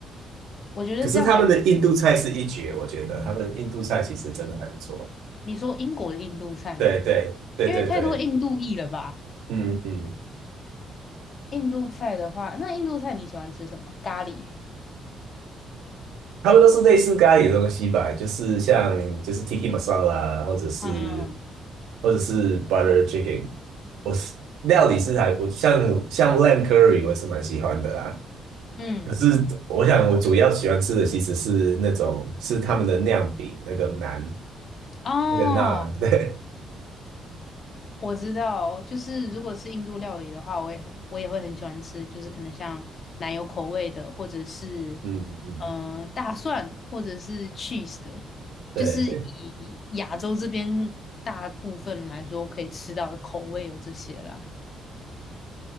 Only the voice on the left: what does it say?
我觉得这样还挺
你说英国的印度菜吗？
因为太多印度裔了吧？
印度菜的话，那印度菜你喜欢吃什么？咖喱。
嗯嗯
嗯，
哦，
我知道，就是如果是印度料理的话，我也很我也会很喜欢吃，就是可能像奶油口味的，或者是
嗯、呃大蒜，或者是 cheese 的，
就是以亚洲这边大部分来说可以吃到的口味有这些啦。